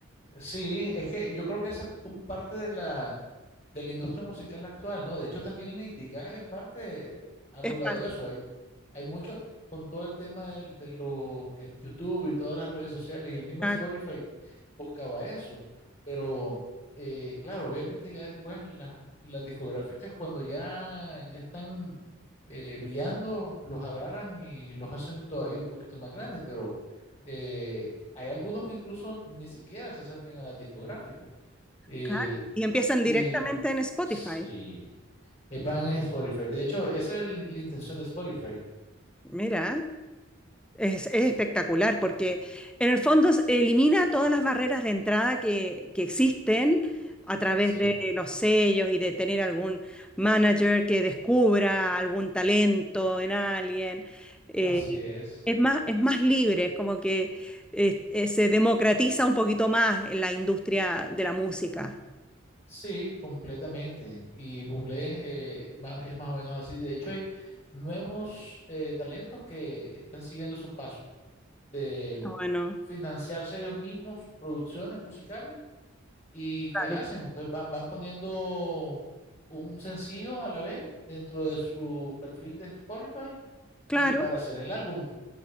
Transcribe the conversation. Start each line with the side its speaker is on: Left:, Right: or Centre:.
Left: Sí, es que yo creo que esa es un parte de la, de la industria musical actual, ¿no? De hecho, también Lady Gaga en parte ha
Centre: Es
Left: logrado
Centre: pa-
Left: eso. Hay, hay muchos con todo el tema del- de lo que es YouTube y todas las redes sociales y el mismo
Centre: claro,
Left: Spotify buscaba eso. Pero, eh, claro, obviamente ya después las, las discográficas cuando ya, ya están eh, brillando, los agarran y los hacen todavía un poquito más grandes, pero eh, hay algunos que incluso ni siquiera se acercan a las discográficas. Eh,
Centre: claro. Y empiezan
Left: y
Centre: directamente en Spotify.
Left: sí, eh, van en Spotify. De hecho, esa es la la intención de Spotify.
Centre: Mira. Es, es espectacular porque en el fondo s- elimina todas las barreras de entrada que, que existen a través
Left: Sí,
Centre: de los sellos y de tener algún manager que descubra algún talento en alguien. Eh,
Left: así es.
Centre: es más, es más libre, es como que eh, eh, se democratiza un poquito más en la industria de la música.
Left: Sí, completamente. Y Bublé eh, ma- es más o menos así. De hecho, hay nuevos eh, talentos que están siguiendo esos pasos de
Centre: Bueno,
Left: financiarse ellos mismos producciones musicales y
Centre: claro,
Left: que hacen. Entonces van, van poniendo un sencillo a la vez dentro de su perfil de Spotify
Centre: claro.
Left: y para hacer el álbum.